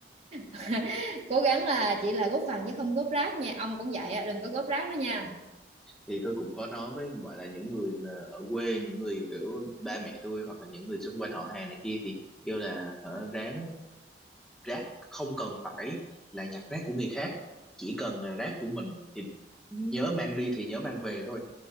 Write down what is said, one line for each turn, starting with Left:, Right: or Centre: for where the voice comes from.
Right: <laughs> cố gắng là chỉ là góp phần chứ không góp rác nha ông cũng vậy á, đừng có góp rác đó nha
Centre: thì tôi cũng có nói với gọi là những người mà ở quê những người kiểu ba mẹ tôi hoặc là những người xung quanh họ hàng này kia thì kêu là hở, ráng rác không cần phải là nhặt rác của người khác chỉ cần là rác của mình thì nhớ mang đi thì nhớ mang về thôi